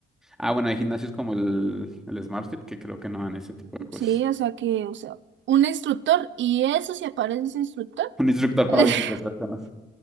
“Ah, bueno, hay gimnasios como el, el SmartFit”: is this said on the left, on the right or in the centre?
Centre